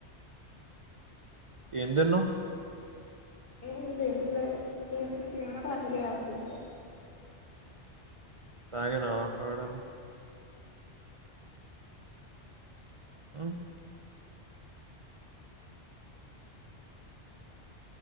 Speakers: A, on the right (about 60°); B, on the left (about 60°).
A: ఎం తిన్నవ్
B: ఏం తినలే తినాలనిపిఎట్లేదు
A: సాగేనావాక్కవడ ఆ